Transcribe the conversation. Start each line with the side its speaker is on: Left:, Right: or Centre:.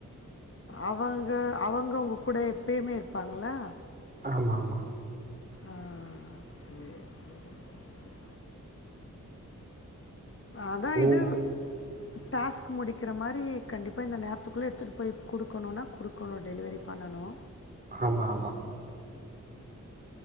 Left: அவங்க அவங்கவுங்க கூட எப்பயுமே இருப்பாங்களா
Right: ஆமாமா
Left: ஆஹ் சேர் சேரி செரி செரி அதா
Right: நீங்க
Left: இது இ டாஸ்க் முடிக்கிற மாரி கண்டிப்பா இந்த நேரத்துக்குள்ள எடுத்துட்டு போய் குடுக்குணுனா குடுக்குணு டெலிவரி பண்ணனு.
Right: ஆமா ஆமா.